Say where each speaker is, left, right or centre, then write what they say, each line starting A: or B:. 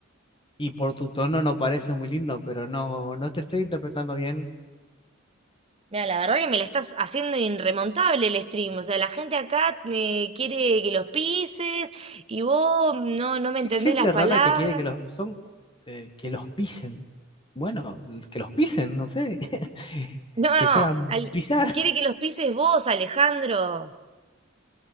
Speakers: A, on the left; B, on the right.
A: y por tu tono no parece muy lindo, pero no, no te estoy interpretando bien.
B: Mira, la verdad que me la estás haciendo irremontable el stream. O sea, la gente acá eh, quiere que los pises y vos no, no me
A: ¿Qué
B: entendés
A: gente
B: las
A: rara
B: palabras.
A: que quiere que los son eh, que los pisen? Bueno, que los pisen, no sé, <laughs>
B: No,
A: que
B: no,
A: se hagan
B: al-
A: pisar.
B: quiere que los pises vos, Alejandro.